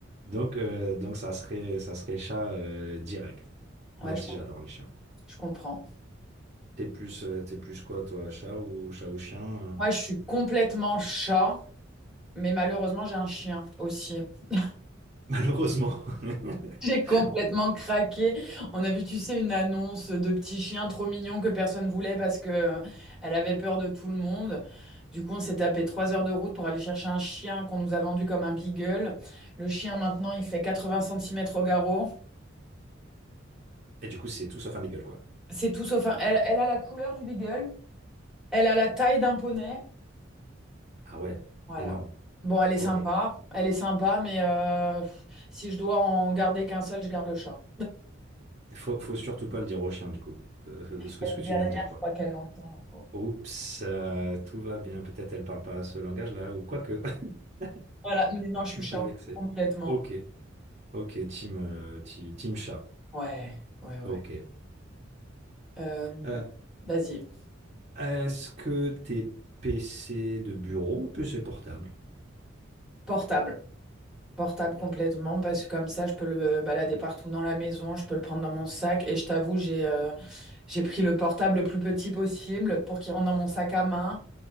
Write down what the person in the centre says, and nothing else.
Ouais,
je,
com-
je comprends.
Moi, je suis complètement chat, mais malheureusement, j'ai un chien aussi. <laughs>
J'ai
complètement craqué. On a vu, tu sais, une annonce de petit chien trop mignon que personne voulait parce que euh, elle avait peur de tout le monde. Du coup, on s'est tapé trois heures de route pour aller chercher un chien qu'on nous a vendu comme un beagle. Le chien, maintenant, il fait 80 centimètres au garrot.
C'est tout sauf un... Elle, elle a la couleur du beagle, Elle a la taille d'un poney.
Voilà.
Bon, elle est sympa.
Elle est sympa, mais euh, pff, si je dois en garder qu'un seul, je garde le chat.
Elle
est
derrière,
je crois qu'elle l'entend, la pauvre.
Voilà, mais non, je suis
chat,
complètement.
Ouais, ouais, ouais.
Euh,
vas-y,
portable. Portable complètement, parce que comme ça, je peux le euh, balader partout dans la maison, je peux le prendre dans mon sac. Et je t'avoue, j'ai euh, j'ai pris le portable le plus petit possible pour qu'il rentre dans mon sac à main.